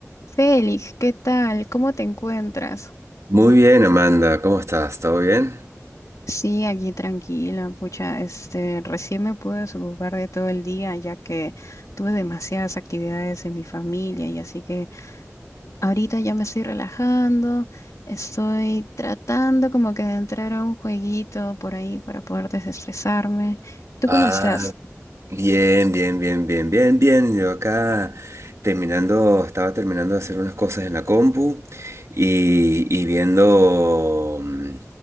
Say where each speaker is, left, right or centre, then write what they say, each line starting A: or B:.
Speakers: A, on the left; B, on the right.
A: Félix, ¿qué tal? ¿Cómo te encuentras?
B: Muy bien, Amanda, ¿cómo estás? ¿Todo bien?
A: Sí, aquí tranquila, pucha, este, recién me pude desocupar de todo el día ya que tuve demasiadas actividades en mi familia y así que ahorita ya me estoy relajando, estoy tratando como que de entrar a un jueguito por ahí para poder desestresarme. ¿Tú
B: Ah,
A: cómo estás?
B: bien, bien, bien, bien, bien, bien. Yo acá terminando, estaba terminando de hacer unas cosas en la compu y, y viendo mm,